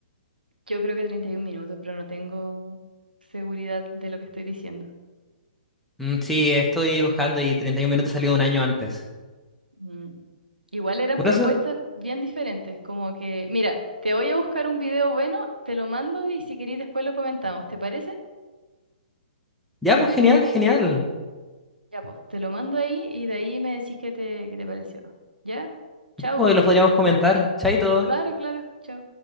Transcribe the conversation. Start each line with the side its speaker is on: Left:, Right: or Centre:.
Right: Yo creo que 31 minutos, pero no tengo seguridad de lo que estoy diciendo.
Centre: Mm, Sí, estoy buscando y 31 minutos salió un año antes.
Right: Mm. Igual eran
Centre: Por
Right: propuestas
Centre: eso,
Right: bien diferentes, como que, mira, te voy a buscar un video bueno, te lo mando y si querís después lo comentamos, ¿te parece?
Centre: ya pues genial, genial.
Right: Ya, pues, te lo mando ahí y de ahí me decís qué te, qué te pareció. ¿Ya?
Centre: Ya,
Right: Chau.
Centre: pues, lo podríamos comentar. Chaito.
Right: Claro, claro, chau.